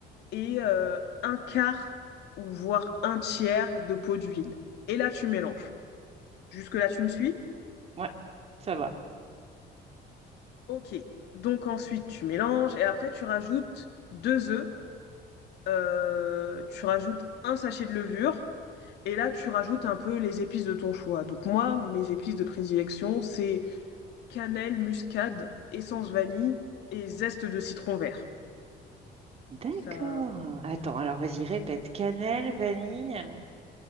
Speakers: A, on the left; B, on the right.
A: et euh, un quart ou voire un tiers de pot d'huile. Et là, tu mélanges. Jusque-là, tu me suis?
B: Ouais, ça va.
A: Ok. Donc ensuite, tu mélanges et après, tu rajoutes deux œufs, euh, tu rajoutes un sachet de levure et là, tu rajoutes un peu les épices de ton choix. Donc moi, mes épices de prédilection, c'est cannelle, muscade, essence vanille et zeste de citron vert.
B: D'accord.
A: Ça...
B: Attends, alors vas-y, répète. Cannelle, vanille.